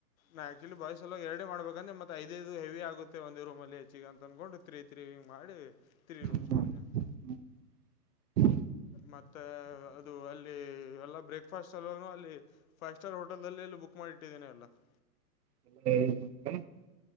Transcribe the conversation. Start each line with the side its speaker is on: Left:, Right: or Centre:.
Left: ನಾ ಆಕ್ಚುಲಿ ಬಾಯ್ಸ್ ಎರಡ ಮಾಡಬೇಕಂದ್ರೆತ್ತ ಐದದು ಹೆವಿ ಆಗುತ್ತೆ ಒಂದು ರೂಮಲ್ಲಿ ಹೆಚ್ಗೆ ಅಂತ ಅನ್ಕೊಂಡುತ. <inaudible> ತ್ರೀ ಮಾಡಿ ತ್ರೀ
Right: ಹ್ಮ್.
Left: ರೂಮ್ಸ್ ಮಾಡಿದೇನೆ. <inaudible>
Right: ಹ್ಮ್. <unintelligible> <inaudible>
Left: ಮತ್ತೆ ಅದು ಅಲ್ಲಿ ಎಲ್ಲ ಬ್ರೇಕ್! <inaudible> ಫಸ್ಟ್ ಎಲ್ಲವನು ಅಲ್ಲಿ ಫೈವ್ ಸ್ಟಾರ್ ಹೋಟೆಲ್ ನಲ್ಲಿ ಎಲ್ಲಿ ಬುಕ್ ಮಾಡಿಟ್ಟಿದ್ದೇನೆ ಎಲ್ಲ? <inaudible>
Right: ಆ ಎಲ್ಲಾ ಹೇಗಿದಿನಿ ಅಂದ್ರ? <inaudible>